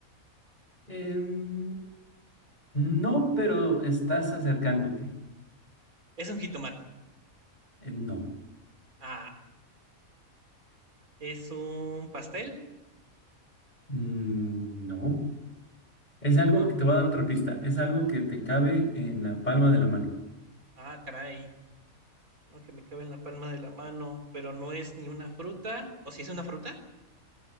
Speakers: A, on the left; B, on the right.
A: Em, no, pero estás acercándote.
B: Es un jitomate.
A: Eh, no,
B: Ah, ¿es un pastel?
A: Mm, no. Es algo
B: No.
A: que te voy a dar otra pista. Es algo que te cabe en la palma de la mano.
B: Ah, caray. No, que me cabe en la palma de la mano, pero no es ni una fruta. ¿O si es una fruta?